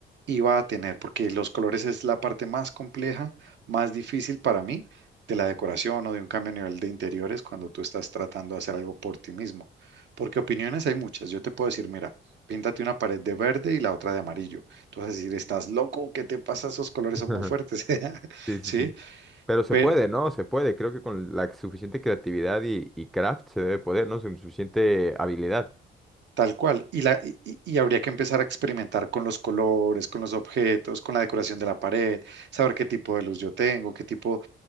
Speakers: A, on the right (about 65°); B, in the centre.
A: iba a tener, porque los colores es la parte más compleja, más difícil para mí de la decoración o de un cambio a nivel de interiores cuando tú estás tratando de hacer algo por ti mismo. Porque opiniones hay muchas. Yo te puedo decir, mira, píntate una pared de verde y la otra de amarillo. Tú vas a decir, estás loco, ¿qué te pasa? Esos colores
B: <laughs>
A: son muy fuertes. <laughs>
B: Sí, sí,
A: ¿sí?
B: sí. Pero se
A: Pero
B: puede, ¿no? Se puede. Creo que con la suficiente creatividad y, y craft se debe poder, ¿no? Con suficiente habilidad.
A: tal cual. Y, la, y, y- y habría que empezar a experimentar con los colores, con los objetos, con la decoración de la pared, saber qué tipo de luz yo tengo, qué tipo